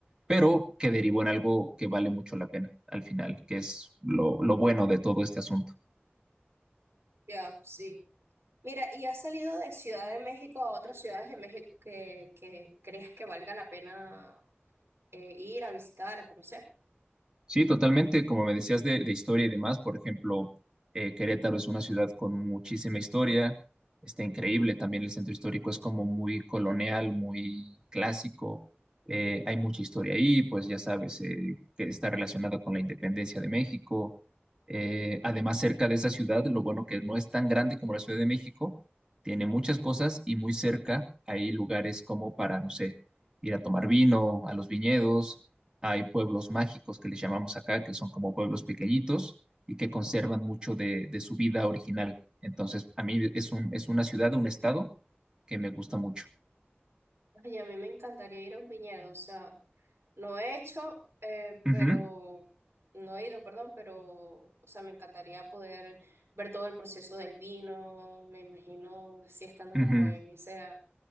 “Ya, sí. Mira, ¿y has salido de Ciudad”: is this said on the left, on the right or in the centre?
Right